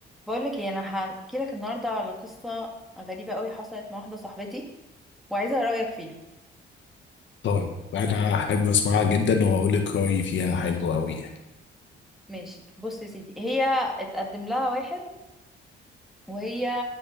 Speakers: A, in the centre; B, on the left.
A: بقولك ايه انا هحكي لك النهارده على قصه غريبه قوي حصلت مع واحده صاحبتي وعايزه رايك فيها
B: طيب انا احب اسمعها جدا وهقول لك رايي فيها حلو قوي يعني
A: ماشي بص يا سيدي هي اتقدم لها واحد وهي